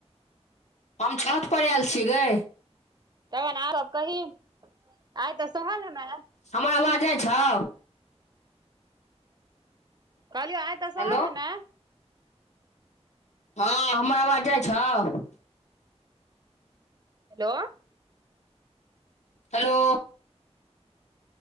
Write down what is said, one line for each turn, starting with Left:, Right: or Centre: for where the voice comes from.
Left: हम छत पर आयल छी गै।
Right: तखन औरो कही, आइ तऽ सहल हेमे।
Left: हमरा लागै छौ।
Right: कहलियौ आय तऽ सहल
Left: हेलो
Right: हेमे।
Left: हँ, हमर आवाज जाइ छौ?
Right: हेलो।
Left: हेलो।